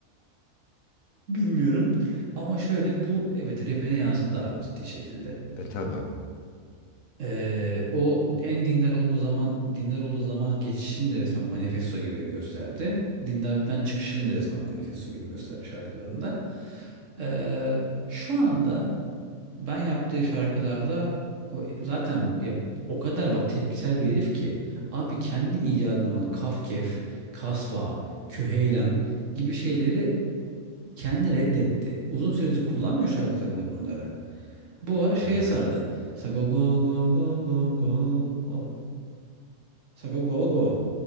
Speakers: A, on the right; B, on the left.
A: Bilmiyorum. Ama şöyle bu evet rapine yansıdı abi ciddi şekilde.
B: E tabi.
A: Ee, o en dindar olduğu zaman dindar olduğu zamanın geçişini de resmen manifesto gibi gösterdi. Dindarlıktan çıkışını da resmen manifesto gibi gösterdi şarkılarında. Ee, şu anda ben yaptığı şarkılarda o zaten ya o kadar bak tepkisel bir herif ki abi kendi icadında olan Kafkef, Kasva, Küheylan gibi şeyleri kendi reddetti. Uzun süredir kullanmıyor şarkılarında bunları. Bu ara şeye
B: Evet.
A: sardı. Sago go go go go go. Oh. Sago go go.